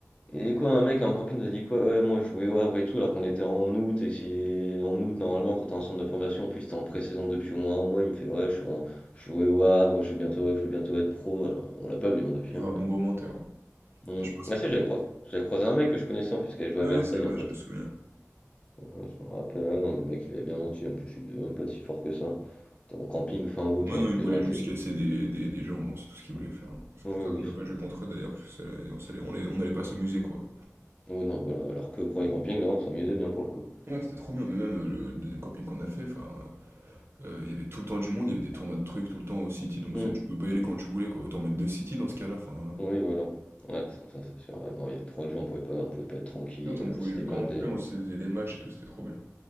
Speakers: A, on the left; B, on the right.
A: Et quoi, un mec à un camping nous a dit quoi? Ouais, moi je jouais au Havre et tout, alors qu'on était en août, et si en août, normalement, quand t'es en centre de formation, en plus t'es en pré-saison depuis au moins un mois, il me fait ouais, je suis en... je jouais au Havre, je vais bientôt, je vais bientôt être pro, alors on l'a pas vu hein, depuis.
B: Ouais,
A: hein.
B: un bon gros menteur. hein.
A: Hmm.
B: Je pense que.
A: Ah si, j'avais croisé, j'avais croisé un mec que je connaissais en plus qui avait joué
B: Ah
A: à Versailles,
B: oui, c'est vrai,
A: un pote.
B: je me souviens.
A: Ouais, je me rappelle, ah non mais le mec il avait bien menti, en plus je suis même pas si fort que ça. T'es en camping fin août
B: Ouais,
A: alors
B: non,
A: que
B: ils
A: tu
B: voulaient
A: devrais
B: juste
A: être...
B: casser des, des, des gens, bon, c'est tout ce qu'ils voulaient faire. hein. C'est
A: Oui,
B: pour ça
A: oui,
B: qu'on n'a
A: c'est-
B: pas joué contre eux d'ailleurs, parce que c'est- on s'allait on les- on allait pas s'amuser quoi.
A: oui, non, voilà, alors que pour les campings là on s'amusait bien pour le coup.
B: Ouais, c'était trop bien, mais même euh, le deuxième camping qu'on a fait, enfin, euh, Heu, il y avait tout le temps du monde, il y avait des tournois de trucs tout le temps au city, donc
A: Hmm.
B: c'est tu pouvais pas y aller quand tu voulais quoi. Autant mettre deux city dans ce cas-là, enfin,
A: Oui, voilà. Ouais, ça, ça, c'est sûr, ouais, non, il y avait trop de gens, on pouvait pas, on pouvait pas être tranquille,
B: l'autre on pouvait
A: euh, c'était
B: jouer
A: blindé.
B: quand on voulait, on se faisait des matchs et tout, c'était trop bien.